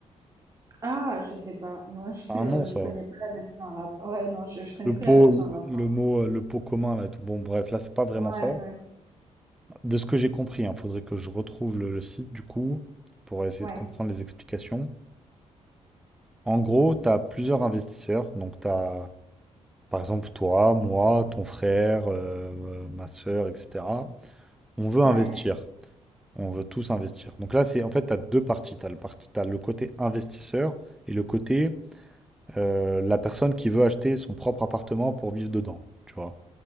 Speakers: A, on the right; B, in the centre.
A: Ah, je sais pas. Moi,
B: C'est
A: <laughs> je,
B: un nom ça.
A: je connais pas la version arabe. Ouais, non, je, je connais
B: Le
A: que
B: pot,
A: la version arabe.
B: le
A: pardon.
B: mot, euh, le pot commun là. et tout. Bon, bref, là c'est pas vraiment
A: Ouais,
B: ça.
A: ouais,
B: De ce que j'ai compris, il faudrait que je retrouve le, le site du coup pour essayer
A: ouais,
B: de comprendre les explications. En gros, tu as plusieurs investisseurs. Donc, tu as Par exemple, toi, moi, ton frère, euh, euh, ma sœur, etc. On veut
A: ouais.
B: investir. On veut tous investir. Donc là, c'est en fait, tu as deux parties. Tu as le parti, t'as le côté investisseur et le côté euh, la personne qui veut acheter son propre appartement pour vivre dedans. Tu vois.